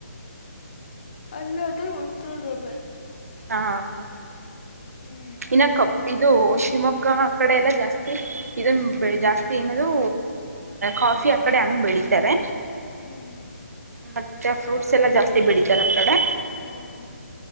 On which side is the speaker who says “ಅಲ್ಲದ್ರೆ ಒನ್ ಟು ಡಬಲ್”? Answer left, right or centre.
Left